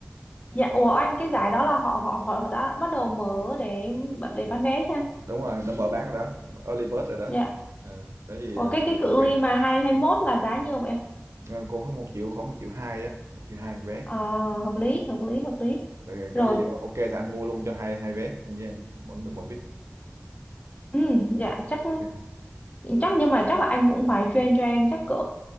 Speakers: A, on the left (about 30°); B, on the right (about 85°).
A: dạ ủa anh cái giải đó là họ họ họ họ đã bắt đầu mở để để bán vé chưa anh
B: đúng rồi nó mở bán rồi đó early bird rồi đó
A: dạ
B: Ờ, có gì
A: ủa
B: ờ,
A: cái cái
B: ok
A: cự ly mà hai hai mốt là giá nhiều vậy
B: Ờ, cô có một triệu khoảng một triệu hai á một triệu hai một vé
A: ờ hợp lý hợp lý hợp lý
B: rồi
A: rồi
B: có gì ok thì anh mua luôn cho hai hai vé anh với em mỗi người mỗi bit
A: Ừ, dạ chắc
B: Ok.
A: chắc nhưng mà chắc là anh cũng phải train cho em chắc cỡ